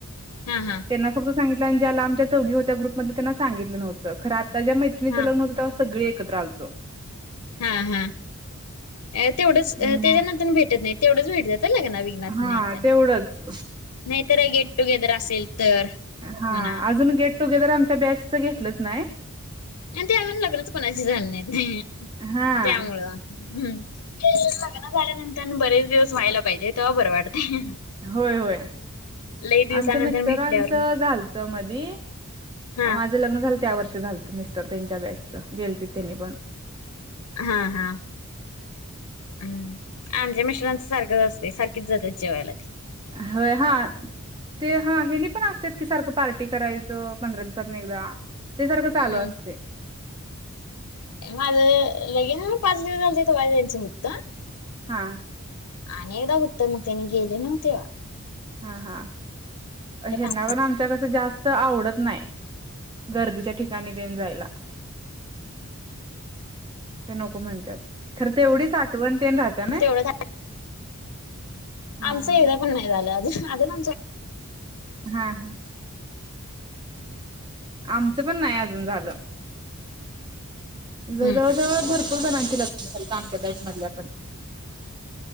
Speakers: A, on the left; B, on the right.
A: हा हा
B: त्यांना फक्त सांगितल आणि ज्या लांबच्या चौघी होत्या ग्रुपधल्या त्यांना सगितलं नव्हं खर आता ज्या मैत्रिणीच
A: हा
B: लग्न होत तेव्हा सगळे एकत्र आलतो.
A: हा हा तेवढंच
B: मग
A: त्याच्यानंतर भेटत नाही तेवढच भेटतात लग्न वेळी. नाही
B: हां तेवढंच
A: नाहीतर गेट टुगेदर असेल तर
B: हा
A: म्हणा
B: अजून गेट टुगेदर आमच्या बॅच घेतलंच नाही.
A: आणि ते अजून लग्नच कोणाची झाल नाहीत
B: हां
A: त्यामुळं हम् लग्न झाल्यानंतर बरेच दिवस व्हायला पाहिजे तेव्हा बरं वाटतंय.
B: होय होय
A: लई दिवसानंतर
B: आमच्या मिस्टरांचं
A: भेटल्यावर
B: झालं त मधी
A: हा
B: माझ लग्न झालं त्या वर्षी झालत मिस्टर त्यांच्या बॅचच गेलती त्यांनी पण.
A: हा हा! हम् आमच्या मिस्टरांचं सारखंच असतय सारखीच जातात जेवायला ते.
B: होय हा ते हा हेनी पण असत्यात की सारखं पार्टी करायचं पंधरा दिवसांनी एकदा ते सारखं
A: हम्म
B: चालू असतय.
A: माझं लगीन होऊन पाच दिवस झाल तवा जायचं होत.
B: हा!
A: अनि एकदा होतं मग त्यानी गेले नव्ह तेव्हा
B: हा हा
A: कुठं
B: हेना
A: काम
B: पण आमच्या कसं जास्त त आवडत नाही गर्दीच्या ठिकाणी तेन जायला. ते नको म्हणतात. खरं तेवढीच आठवण तेन राहत्या नाय!
A: तेवढं
B: हा
A: आमचं एकदा पण नाय झालं अजून आमच
B: हा हा. आमचं पण नाही अजून झालं जवळ
A: हम्म
B: जवळ भरपूर जणांची लग्न आमच्या बॅच मधल्या आपण.